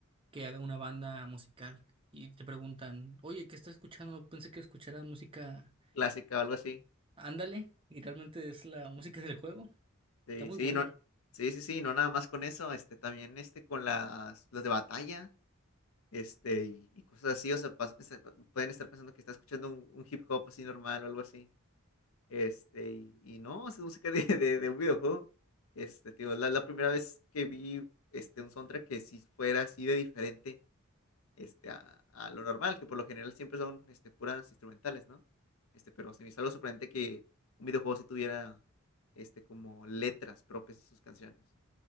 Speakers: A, on the right; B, on the left.
A: que haga una banda musical y te preguntan, oye, ¿qué estás escuchando? Pensé que escucharas música,
B: clásica o algo así.
A: ándale, y realmente es la música del juego,
B: Sí,
A: está muy
B: sí,
A: buena.
B: no, sí, sí, sí, no nada más con eso, este, también este con las, las de batalla. este, y, y cosas así, o sea, pas- pensar- pueden estar pensando que está escuchando un, un hip hop así normal o algo así, este, y, y no, es música de, <laughs> de, de un videojuego, este, tío, la, la primera vez que vi, este, un soundtrack que si fuera así de diferente, este, a, a lo normal, que por lo general siempre son, este, puras instrumentales, ¿no? Este, pero se me hizo algo sorprendente que un videojuego sí tuviera, este, como letras propias de sus canciones,